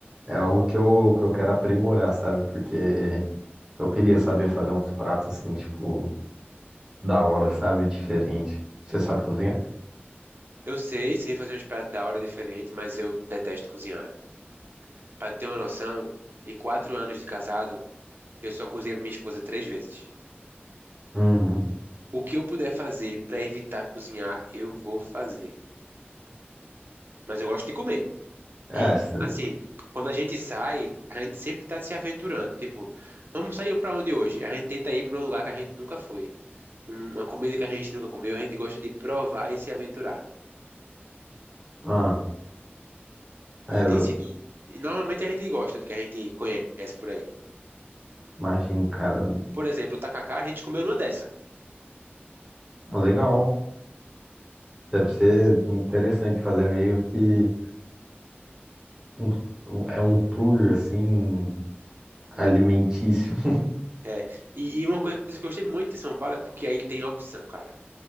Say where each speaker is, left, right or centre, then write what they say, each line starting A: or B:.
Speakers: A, on the right; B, on the right.
A: é algo que eu, que eu quero aprimorar, sabe? Porque eu queria saber fazer uns pratos assim, tipo, da hora, sabe? Diferente. Você sabe cozinhar?
B: Eu sei, sei fazer uns pratos da hora diferente, mas eu detesto cozinhar. Pra ter uma noção, em quatro anos de casado, eu só cozinhei pra minha esposa três vezes.
A: Uhum.
B: O que eu puder fazer pra evitar cozinhar, eu vou fazer. Mas eu gosto de comer.
A: É,
B: E,
A: cê-
B: assim, quando a gente sai, a gente sempre tá se aventurando. Tipo, vamos sair pra onde hoje? A gente tenta ir pra um lugar que a gente nunca foi. Um- Uma comida que a gente nunca comeu, a gente gosta de provar e se aventurar.
A: ah, é,
B: E
A: eu
B: tem sido. E normalmente a gente gosta do que a gente conhece por aí.
A: imagino, cara.
B: Por exemplo, o tacacá, a gente comeu numa dessa.
A: Ah, Legal. Deve ser interessante fazer meio que um, um- é um tour assim alimentício. <laughs>
B: É. E, e uma coisa que eu gostei muito de São Paulo é porque aí tem opção, cara.